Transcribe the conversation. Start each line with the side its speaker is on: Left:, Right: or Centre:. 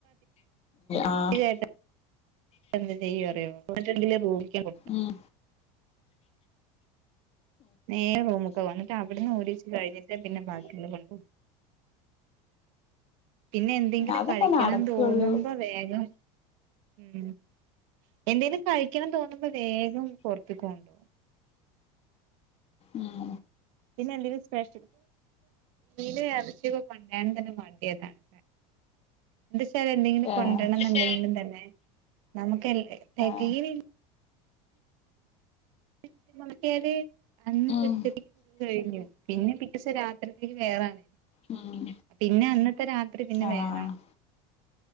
Left: ആഹ്
Right: <inaudible>
Left: ഉം
Right: നേരെ റൂമക്കാപോന്നേ എന്നിട്ടവിടുന്നു ഓഡീഷൻ കഴിഞ്ഞിട്ട് പിന്നെബാക്കി കൊണ്ടുപോകും. പിന്നെയെന്തെങ്കിലും
Left: അതൊക്കെ
Right: കഴിക്കണ
Left: നടക്കൊള്ളൂ
Right: ന്നുതോന്നുമ്പോ വേഗം, ഉം.. എന്തേിലും കഴിക്കണമെന്നുതോന്നുമ്പോൾ വേഗം പുറത്തക്കു കൊണ്ടുപോകും.
Left: ഉം..
Right: പിന്നെയെന്തേലും സ്പെഷ്യല് മീനും, ഇറച്ചിയുമൊക്കെ കൊണ്ടിരാൻ തന്നെ മടിയതാണ് എന്തുവച്ചാലെന്തെങ്കിലും കൊണ്ടുവരണമെന്നുണ്ടെങ്കിലുംതന്നെ
Left: ഏഹ്
Right: നമുക്ക് എല്ലാ തെകയില്ല
Left: ആഹ്
Right: <inaudible> അന്ന്
Left: ഉം
Right: എട്ടരക്കു കഴിഞ്ഞു. പിന്നെ പിറ്റേ ദിവസംരാത്രിയിയത്തേക്ക് വേറാണ്
Left: ഉം
Right: പിന്നെയന്നത്തെ രാത്രി പിന്നെ
Left: ആഹ്
Right: വേറാണ്